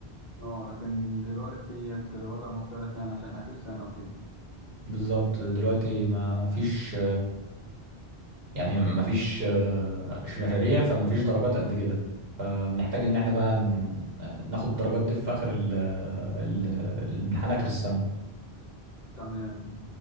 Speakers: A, on the left; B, on the right.
A: اه لكن دلوقتي الوضع مختلف يعني عشان اخر سنه وكده
B: بالظبط دلوقتي ما فيش يعني مفيش آه، ش- مشاريع فمفيش درجات قد كده فبنحتاج ان احنا بقى ن- ناخد الدرجات دي في اخر ال- آه، ال- الامتحان اخر السنة
A: تمام